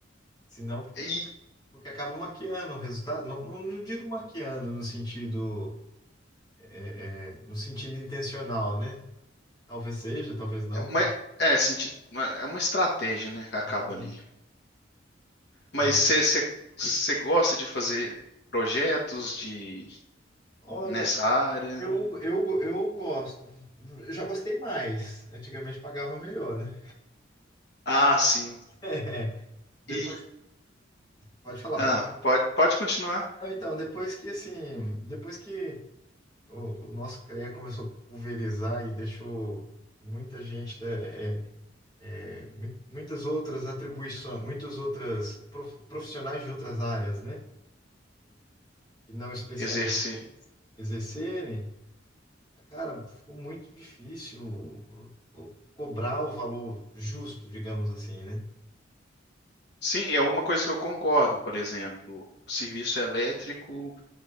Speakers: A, on the left; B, on the left.
A: Senão,
B: E
A: porque acaba maquiando o resultado. Não, não, não digo maquiando no sentido, é, é, no sentido intencional, né? Talvez seja, talvez não,
B: mas-
A: mas
B: é, senti- é uma estratégia, né, que acaba
A: enfim,
B: ali.
A: cara.
B: Mas você você- você gosta de fazer projetos de
A: Olha,
B: nessa área?
A: eu, eu, go- eu gosto. Eu já gostei mais. Antigamente pagava melhor, né?
B: Ah, sim.
A: <laughs> Depois,
B: E
A: pode falar.
B: ah,
A: Não,
B: pode pode continuar
A: então, depois que assim, depois que O, o nosso CREA começou a pulverizar e deixou muita gente, da- é, é, muitas outras atribuições, muitas outras profissionais de outras áreas, né? Que não especialistas
B: exercer.
A: exercerem, cara, ficou muito difícil cobrar o valor justo, digamos assim, né?
B: Sim, é uma coisa que eu concordo, por exemplo, serviço elétrico